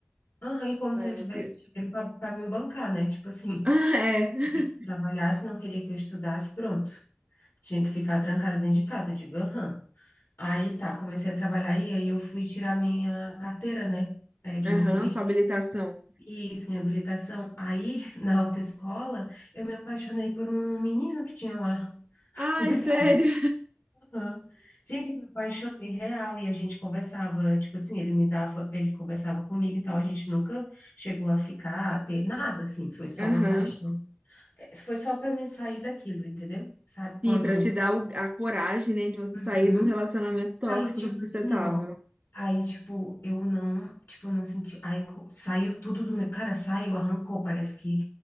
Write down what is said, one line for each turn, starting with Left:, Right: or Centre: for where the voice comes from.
Left: aham, e como
Right: Ai,
Left: se ele
Right: meu
Left: tivesse
Right: Deus.
Left: dinheiro para me bancar, né? Tipo assim,
Right: <laughs> É.
Left: queria que eu trabalhasse, não queria que eu estudasse, pronto. Tinha que ficar trancada dentro de casa, eu digo, aham. Aí tá, comecei a trabalhar e aí eu fui tirar minha carteira, né? É de
Right: Aham,
Left: motorista.
Right: sua habilitação.
Left: Isso, minha habilitação. Aí, <laughs> na autoescola, eu me apaixonei por um menino que tinha lá. <laughs>
Right: Ai,
Left: Engraçado.
Right: sério.
Left: Aham. Gente, eu me apaixonei real e a gente conversava, tipo assim, ele me dava, ele conversava comigo e tal, a gente nunca chegou a ficar, a ter nada, assim, foi só
Right: Aham.
Left: uma paixão. É, Foi só para mim sair daquilo, entendeu? Sabe, quando...
Right: Sim, pra te dar o- a coragem, né, de você
Left: Uhum.
Right: sair do relacionamento tóxico
Left: Aí, tipo
Right: que
Left: assim,
Right: você tava.
Left: ó. Aí, tipo, eu não, tipo, eu não senti. Aí co- saiu tudo do meu. Cara, saiu, arrancou. Parece que.